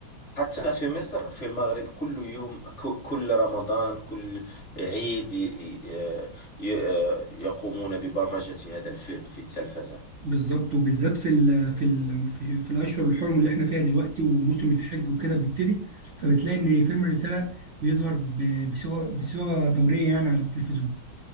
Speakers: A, on the left; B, on the right.
A: حتى في مصر في المغرب كل يوم ك- كل رمضان كل عيد ي- ي- آه، ي- آه، يقومون ببرمجة هذا الفيلم في التلفزة
B: بالظبط وبالذات في ال في ال في, في الاشهر الحرم اللي احنا فيها دلوقتي وموسم الحج وكده بيبتدي فبتلاقي ان فيلم الرساله بيظهر ب- بصيغه بصيغه دوريه يعني على التلفزيون